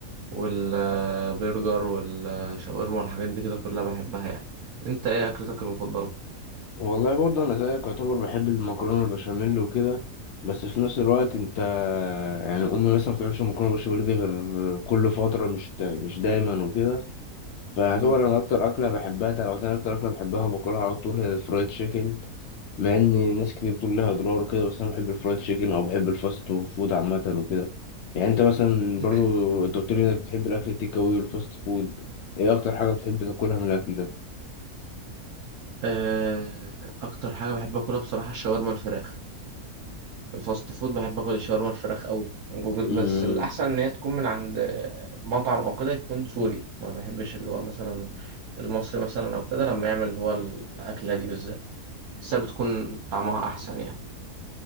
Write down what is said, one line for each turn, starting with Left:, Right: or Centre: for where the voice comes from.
Right: والبرجر والشاورما والحاجات دي كده كلها بحبها يعني انت ايه اكلتك المفضله
Left: والله برضه انا زيك يعتبر بحب المكرونه البشاميل وكده بس في نفس الوقت انت يعني امي مثلا ما بتعملش مكرونه بشاميل دي غير كل فتره مش دا- مش دايما وكده فيعتبر
Right: مم.
Left: انا اكتر اكله بحبها لو انا اكتر اكله بحبها وباكلها على طول هي الفرايد تشيكن مع ان ناس كتير بتقول لها اضرار وكده بس انا بحب الفرايد تشيكن او بحب الفاست فود عامه وكده يعني انت مثلا
Right: <clears throat>
Left: برضو انت قلت لي انك بتحب الاكل التيك اوي والفاست فود ايه اكتر حاجه بتحب تاكلها من الاكل ده
Right: آه، اكتر حاجه بحب اكلها بصراحه الشاورما الفراخ في الفاست فود بحب اكل الشاورما الفراخ قوي
Left: أمم.
Right: بس الاحسن ان هي تكون من عند مطعم او كده يكون سوري ما بحبش اللي هو مثلا المصري مثلا او كده لما يعمل اللي هو الاكله دي بالذات بحسها بتكون طعمها احسن يعني